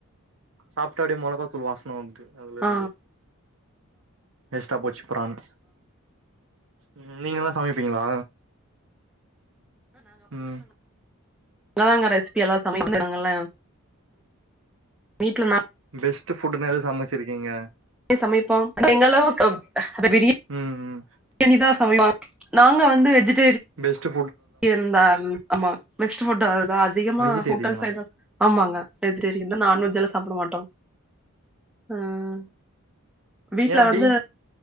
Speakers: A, on the right (about 65°); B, in the centre.
A: சாப்பிட்டா அப்படியே மொளகாத்தூள் வாசன வருது அதுல
B: ஆ
A: இருந்து வேஸ்டா போச்சுப் பிரான் உம் நீங்க நல்ல சமைப்பீங்களா உம்
B: ங்கதங்க ரெசிபி எல்லாம் சமைக்கராங்கள வீட்டுல நா
A: பெஸ்ட் ஃபுட் நா எது சமைச்சிருக்கீங்க
B: சமைப்போம் அ எங்களவுக் பிரியா
A: ம் ம்
B: பிரியாணி தான் சமைப்ப நாங்க வந்து வெஜிட்
A: பெஸ்ட்டு
B: ந்தா ஆமா மோட்டோ தான் அதிகமா
A: வெஜிடேரியனா
B: ஹோட்டல் சைட்ல ஆமாங்க வெஜ்டேரியன் நான் வெஜ்ஜல்லா சாப்பிட மாட்டோம் உம் வீட்டுல
A: ஏ அப்டி
B: வந்து